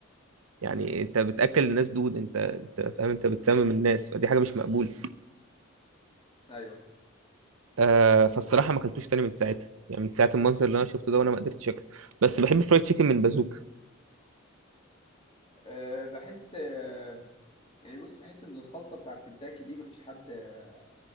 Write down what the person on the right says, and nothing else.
يعني
انت بتاكل الناس دود انت انت فاهم انت بتسمم الناس فدي حاجه مش مقبوله
آه فالصراحه ما اكلتوش تاني من ساعتها يعني من ساعه المنظر اللي انا شفته ده وانا ما قدرتش اكله بس بحب الفرايد تشيكن من بازوكا